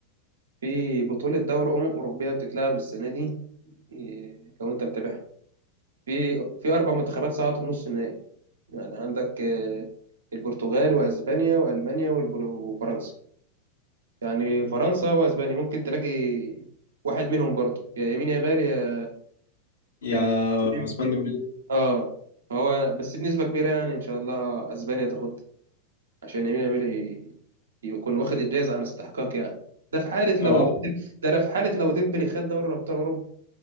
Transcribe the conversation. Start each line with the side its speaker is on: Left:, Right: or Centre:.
Right: في بطوله دوري امم اوروبيه بتتلعب السنه دي إيه، لو انت متابعها في في اربع منتخبات صعدت نص النهائي يعني عندك آه، البرتغال واسبانيا والمانيا والبر- وفرنسا يعني فرنسا واسبانيا ممكن تلاقي واحد منهم برضه يا يمين يا يامال يا
Left: يا
Right: يا ديمبلي.
Left: عثمان ديمبلي
Right: اه هو بس بنسبة كبيرة يعني ان شاء الله اسبانيا تاخد عشان يمين يامال ي- يكون واخد الجايزة عن استحقاق يعني ده في حالة
Left: اه
Right: لو ديمبلي ده لا في حالة لو ديمبلي خد دوري ابطال اوروبا